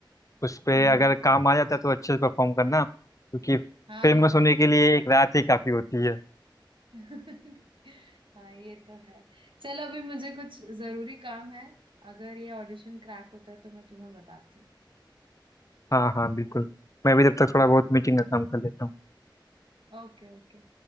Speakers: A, on the left; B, on the right.
A: उस पे
B: हम्म
A: अगर काम आ जाता है तो अच्छे से परफॉर्म करना क्योंकि
B: हाँ
A: फेमस
B: हाँ
A: होने के लिए एक रात ही काफ़ी होती है
B: <laughs> हाँ ये तो है चलो अभी मुझे कुछ जरूरी काम है अगर ये ऑडिशन क्रैक होता है तो मैं तुम्हें बताती
A: हाँ हाँ बिल्कुल मैं भी तब तक थोड़ा बहुत मीटिंग का काम कर लेता हूँ
B: हूँ Okay okay